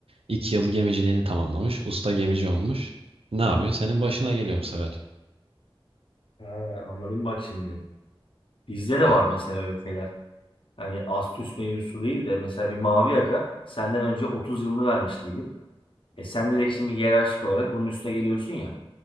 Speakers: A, on the right; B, on the left.
A: iki yıl gemiciliğini tamamlamış, usta gemici olmuş. Ne yapıyor? Senin başına geliyor bu sefer.
B: Ha, anladım bak şimdi. Bizde de
A: Ya,
B: var mesela öyle şeyler. Hani astüs mevzusu değil de mesela bir mavi yaka senden önce 30 yılını vermiş diyelim. E sen direkt şimdi hiyerarşik olarak bunun üstüne geliyorsun ya.